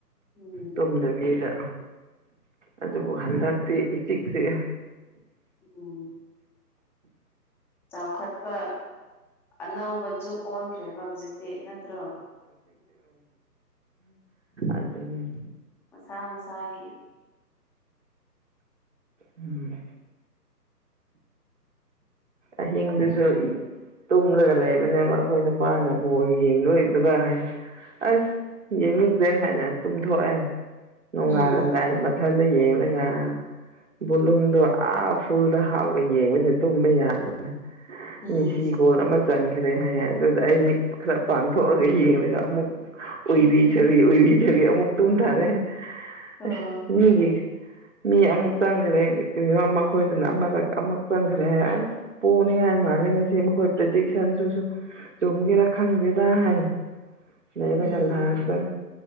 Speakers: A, in the centre; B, on the right (about 45°).
A: ꯎꯝ
B: ꯇꯨꯝꯗꯕꯤꯗ ꯑꯗꯨꯕꯨ
A: ꯑꯣ
B: ꯍꯟꯗꯛ ꯆꯦ ꯏꯆꯤꯛ ꯆꯤꯛꯑꯦ
A: ꯎꯝ ꯆꯥꯎꯈꯠꯄ ꯑꯅꯧꯕ ꯖꯨꯛ ꯑꯣꯟꯈ꯭ꯔꯦꯕ ꯍꯧꯖꯤꯛ ꯇꯦ ꯅꯠꯇ꯭ꯔꯣ
B: ꯑꯗꯨꯅꯦ
A: ꯃꯁꯥ ꯃꯁꯥꯒꯤ
B: ꯎꯝ ꯑꯍꯤꯡꯗꯨꯁꯨ
A: ꯎꯝ
B: ꯇꯨꯝꯔꯒ ꯂꯩꯕꯅꯦꯕ ꯑꯩꯈꯣꯏ ꯅꯨꯄꯥꯅ ꯕꯣꯜ ꯌꯦꯡꯗꯣꯏꯗꯨꯒ ꯍꯥꯏ ꯑꯁ ꯌꯦꯡꯅꯤꯡꯗꯦ ꯍꯥꯏꯅ ꯇꯨꯝꯊꯣꯛꯑꯦ ꯅꯣꯡꯉꯥꯜꯂꯝꯗꯥꯏꯗ
A: ꯎꯝ
B: ꯃꯠ ꯊꯟꯗ ꯌꯦꯡꯂꯒ ꯕꯨꯂꯨꯝꯗꯣ ꯑꯥ ꯐꯨꯜꯗ ꯍꯥꯞꯄꯒ ꯌꯦꯡꯕꯁꯤ ꯇꯨꯝꯕ ꯌꯥꯠ
A: ꯎꯝ
B: ꯃꯦꯁꯤ ꯒꯣꯜ ꯑꯃ ꯆꯟꯈ꯭ꯔꯦ ꯍꯥꯏꯌꯦ ꯑꯗꯨꯒ ꯑꯩ ꯃꯤꯠ ꯈꯔ ꯄꯥꯡꯊꯣꯛꯑꯒ ꯌꯦꯡꯂꯒ ꯑꯃꯨꯛ ꯎꯏꯔꯤꯁꯥꯔꯤ ꯎꯏꯔꯤꯁꯤꯔꯤ ꯑꯃꯨꯛ ꯇꯨꯝꯊꯥꯔꯦ
A: ꯑꯣ
B: ꯑꯁ ꯃꯤꯒꯤ ꯃꯤ ꯑꯃꯨꯛ ꯆꯪꯒꯔꯦ ꯀꯔꯤꯔꯣ ꯃꯈꯣꯏꯗꯨꯅ ꯑꯃꯗꯛ ꯑꯃꯨꯛ ꯆꯪꯈꯔꯦ ꯑꯁ ꯄꯣꯅꯤꯡꯉꯥꯏ ꯃꯥꯜꯂꯦ ꯉꯁꯤ ꯃꯈꯣꯏ ꯄ꯭ꯔꯤꯗꯤꯛꯁꯟꯁꯨꯁꯨ ꯆꯨꯝꯒꯦꯔ ꯈꯪꯗꯦꯗ ꯍꯥꯏꯅ ꯂꯩꯔꯒ
A: ꯎꯝ
B: ꯂꯥꯁꯇ